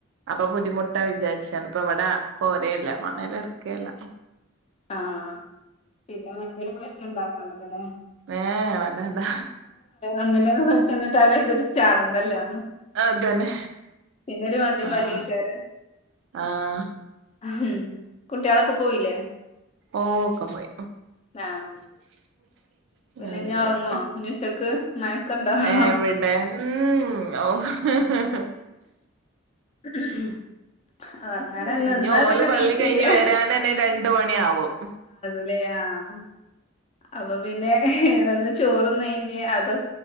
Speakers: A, on the right; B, on the left.
A: അപ്പൊ ബുദ്ധിമുട്ടാ വിചാരിച്ചാണ് ഇപ്പ ഇവിടെ കോരെല്ല മണൽ എടുക്കേല്ല
B: ആഹ് പിന്നെ വെറുതൊരു പ്രശ്നം ഇണ്ടാക്കണ്ടല്ലോല്ലേ
A: ഏ വേണ്ട വേണ്ട
B: ഒന്നിലിച്ചന്നിട്ടലരുടെ ഒരു ചാടണ്ടല്ലോ
A: അതന്നെ
B: പിന്നെരു വണ്ടിയും
A: ആഹ്
B: വലക്കാരം
A: ആഹ്
B: ഉം കുട്ട്യാളൊക്കെ പോയില്ലേ
A: ഓഹ് ഒക്കെ പോയി
B: ആഹ്
A: <inaudible>
B: പിന്നെ ഇഞാൻ ഉറങ്ങുവ
A: പോയി
B: ഉച്ചക്ക് മയക്കണ്ടോ <inaudible>
A: എവിടെ ഉം ഓ
B: <inaudible> ഒറങ്ങാന്
A: ഏഹ്
B: നിന്നാ
A: ഓല്
B: പിന്നെ
A: പള്ളി
B: നീച്ചൂല്ല
A: കഴിഞ്ഞ് വരനന്നെ രണ്ട മണി ആവും
B: <unintelligible> അപ്പൊ പിന്നെ വന്ന് ചോറ് നഴഞ്ഞ് അതൊ